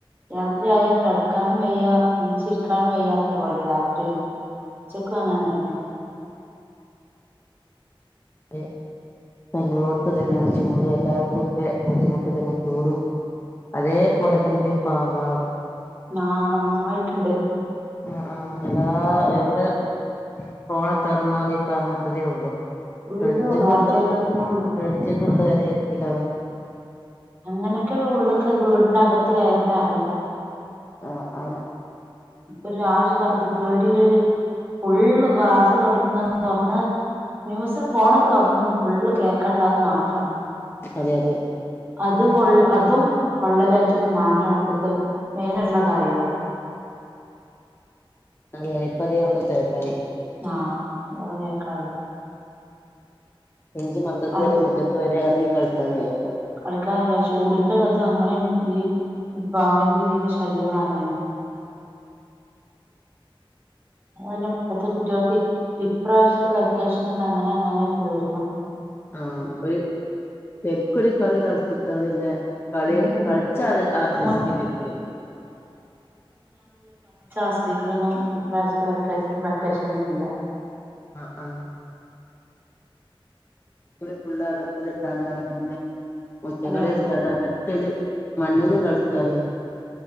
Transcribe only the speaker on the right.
രാത്രിയയാ കിടക്കാനും വയ്യ എനിച്ച് ഇരിക്കാനും വയ്യാത്ത പോലെ രാത് റെ ചെക്ക് വാങ്ങാൻ തെരനോ
<unintelligible> നന്നായിട്ട്ണ്ട്.
ഫുള്ള്
വാർത്തയിലതന്നെള്ളു
അങ്ങനൊക്കെ ഉള്ളക്ക് വീടിന്റെ അകത്ത് കയറുന്നേ അറിയുക
ഇപ്പൊ ഒരു ആ ഒരുത് പേടിൽരു ഫുള്ള് വാർത്ത തുടങ്ങുന്നന്ന് തുറന്നാ ന്യൂസ് ഫോണില് തുറന്നന്ന് ഫുള്ള് കേക്കാനുള്ള അത് മാത്രമാണ്
അത് കൊള്ള അതും വള്ളലേറ്റതും മാത്രമാണ് ഇപ്പഴത്തെ മെയിന ആയിട്ടുള്ള കാര്യങ്ങള്
ആഅതന്നെ കേക്കാള്ളോ
നല്ല
കളിക്കാനില്ല ചൂടിന്റെ കഥ അങ്ങനെ ഈ പാമ്പന്റെ രതി ശല്യങ്ങ അങ്ങനെ എന്നാലും ഇപ്പത്തെ കുട്ടികൾക്ക് ഇപ്രാവശ്യത്തെ വെക്കേഷൻ ഒക്കെ അങ്ങനെ അങ്ങനെ തീർന്നു
ഉം
മു
ആസ്വദിക്കടൊന്നും ഇപ്രാവശ്യത്തെ വെേഷ വെക്കേഷനില
അതാണ്